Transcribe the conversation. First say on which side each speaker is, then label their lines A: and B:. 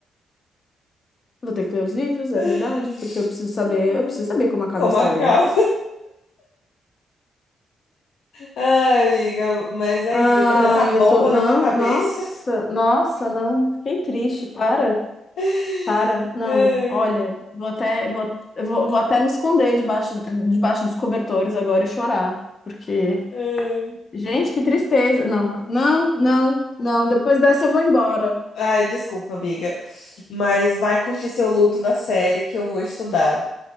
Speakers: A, on the left; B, on the left.
A: Vou ter que ler os livros,
B: <laughs>
A: é verdade, porque eu preciso saber, eu preciso saber como acaba
B: Como
A: a história.
B: acaba. Ai, amiga, mas é
A: Ai,
B: isso. Depois dessa bomba
A: eu tô. Não,
B: na tua cabeça.
A: nossa, nossa, não. Fiquei triste, para.
B: <laughs>
A: Para, não,
B: Ai,
A: olha, vou até, vou, eu vou, vou até me esconder debaixo, debaixo dos cobertores agora e chorar, porque,
B: ai.
A: gente, que tristeza. Não, não, não, não, depois dessa eu vou embora.
B: Ai, desculpa, amiga. Mas vai curtir seu luto da série que eu vou estudar